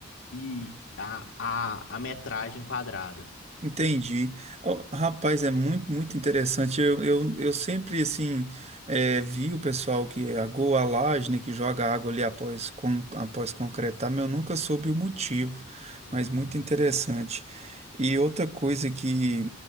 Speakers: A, on the left (about 80°); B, on the right (about 30°).
A: e a, a, a metragem quadrada.
B: Entendi. Ó, Rapaz, é muito, muito interessante. Eu, eu, eu sempre, assim, eh, vi o pessoal que agou a laje, né, que joga água ali após, con, após concretar, mas eu nunca soube o motivo,
A: Uhum,
B: mas muito interessante. E outra coisa que